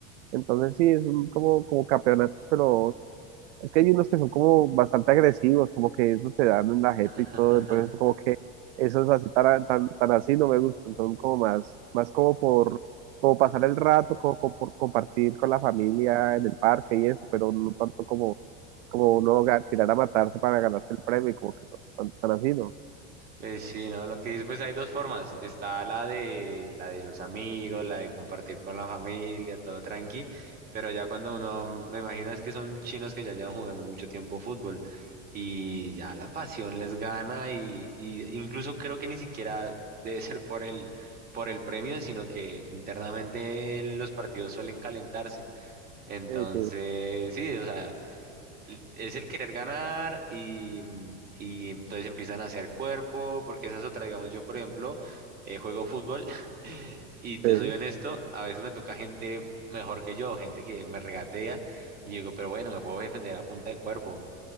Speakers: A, on the right; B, on the right.
A: Entonces sí, es un como, como campeonato, pero es que hay unos que son como bastante agresivos, como que eso se dan en la jeta
B: <laughs>
A: y todo, entonces como que esos así tan, tan, tan así no me gustan, son como más, más como por como pasar el rato, como, como por compartir con la familia en el parque y eso, pero no tanto como, como uno ga- tirar a matarse para ganarse el premio y como que no, tan, tan así no.
B: Pues sí, ¿no? Lo que dices, pues hay dos formas. Está la de, la de los amigos, la de compartir con la familia, todo tranqui. Pero ya cuando uno, me imagino es que son chinos que ya llevan jugando mucho tiempo fútbol y ya la pasión les gana y, y incluso creo que ni siquiera debe ser por el, por el premio, sino que internamente los partidos suelen calentarse. Entonces,
A: Sí, sí,
B: sí, o sea l- es el querer ganar y, mm, y entonces empiezan a hacer cuerpo, porque esa es otra, digamos, yo por ejemplo eh, juego fútbol <laughs> y te
A: sí,
B: soy honesto, a veces me toca gente mejor que yo, gente que me regatea y yo digo, pero bueno, me puedo defender a punta de cuerpo.